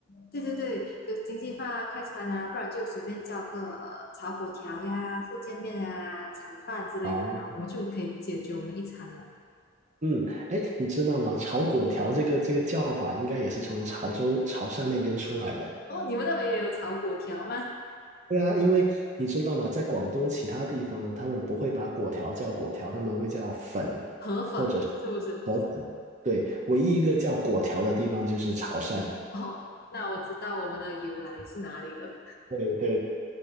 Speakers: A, on the left; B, on the right.
A: 对对对，就经济饭啊、快餐啊，不然就随便叫个呃炒粿条呀、福建面啊、炒饭之类的，
B: 哦，
A: 然后我们就可以解决我们的一餐了。
B: 嗯，哎，你知道吗？炒粿条这个这个叫法应该也是从潮州、潮汕那边出来的。
A: 哦，你们那边也有炒粿条吗？
B: 对啊，因为你知道吗？在广东其他地方呢，他们不会把粿条叫粿条，他们会叫粉
A: 河粉是不是？
B: 或者是河粉。对，唯一一个叫粿条的地方就是潮汕。
A: 哦，那我知道我们的由来是哪里了。
B: 对对。